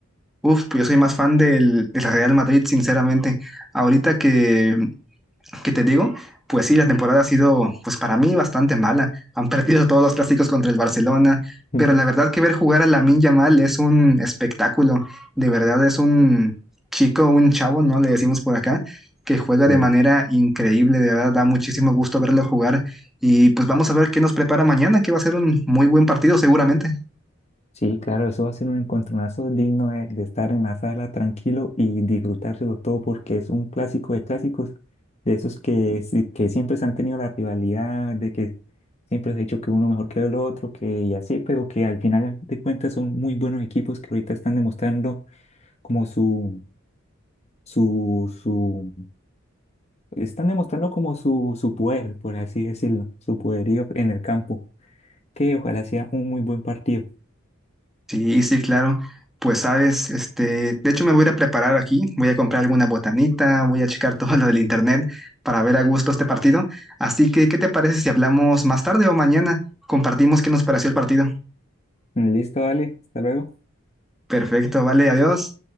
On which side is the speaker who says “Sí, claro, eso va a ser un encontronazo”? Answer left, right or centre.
Left